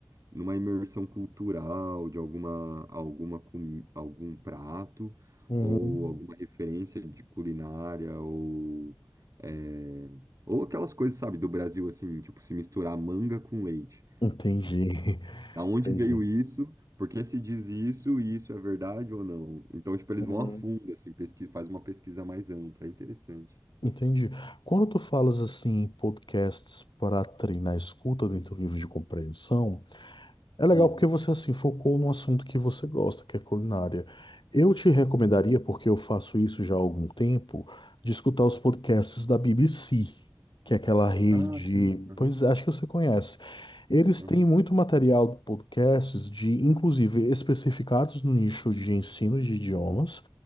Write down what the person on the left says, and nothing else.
uhum.
Entendi, <laughs>
entendi.
Uhum.
Entendi. Quando tu falas assim em podcasts para treinar a escuta dentro do livro de compreensão, é legal
porque você assim focou num assunto que você gosta, que é culinária. Eu te recomendaria, porque eu faço isso já há algum tempo, de escutar os podcasts da BBC, que é aquela rede,
pois acho que você conhece. Eles
têm muito material de podcasts de, inclusive, especificados no nicho de ensino de idiomas,